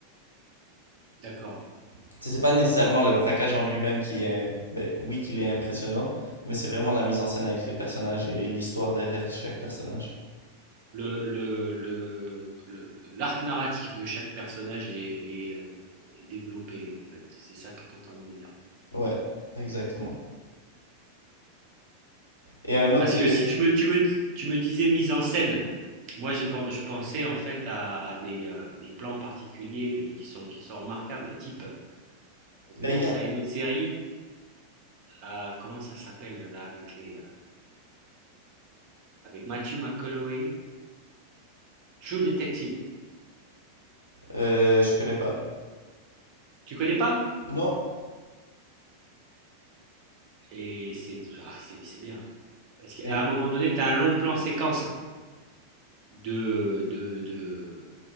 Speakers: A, on the right; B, on the left.
A: d'accord.
B: Tu sais, C'est pas nécessairement le braquage en lui-même qui est, ben oui, qu'il est impressionnant, mais c'est vraiment la mise en scène avec les personnages et l'histoire derrière chaque personnage.
A: Le, le, le- le- le- l'arc narratif de chaque personnage est, est, euh, est développé, en fait. C'est ça que tu es en train de me dire.
B: Ouais, exactement. Et un autre,
A: Parce que
B: euh,
A: si tu me, tu me, tu me disais mise en scène, Moi, j'ai pen- je pensais en fait à, à des, euh, des plans particuliers que- qui sont, qui sont remarquables, type, ça me
B: ben
A: fait penser
B: il y a,
A: à une autre série, à, comment ça s'appelle là avec les, euh, avec Matthew McConaughey, True Detective.
B: euh, je connais pas.
A: Tu connais pas?
B: Non.
A: Et c'est, ah, c'est, c'est bien. hein. Parce qu'à
B: Et
A: un moment donné, tu as un long plan séquence de, de, de,